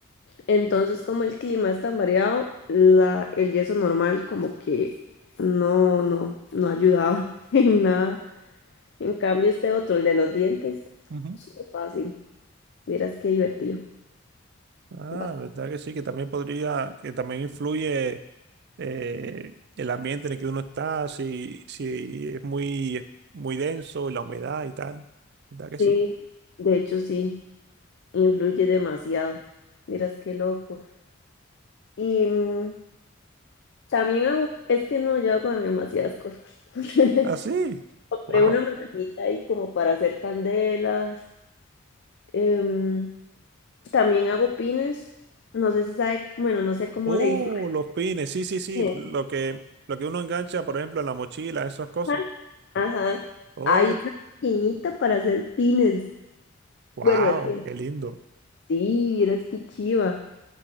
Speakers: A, on the left; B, on the right.
A: Entonces, como el clima es tan variado, la, el yeso normal como que no, no, no ayudaba <laughs> en nada. En cambio, este otro, el de los dientes,
B: Ujú.
A: súper fácil. Vieras qué divertido.
B: Ah,
A: Va-
B: verdad que sí, que también podría, que también influye eh, el ambiente en el que uno está, si, si es muy, muy denso, la humedad y tal. ¿Verdad que
A: Sí,
B: sí?
A: de hecho sí, influye demasiado. Miras qué loco. Y mm, También hago, es que no, yo hago demasiadas cosas. <laughs>
B: Ah, sí.
A: Compré
B: Wow.
A: una maquinita ahí como para hacer candelas. em, también hago pines. No sé si sabe, bueno, no sé cómo
B: Oh,
A: le dicen.
B: los pines, sí, sí, sí,
A: Pines.
B: lo que, lo que uno engancha, por ejemplo, en la mochila, esas cosas.
A: Ajá. Ajá.
B: Oh,
A: Hay una maquinita para hacer pines.
B: wow,
A: Bueno, es que
B: qué lindo.
A: sí, vieras qué chiva.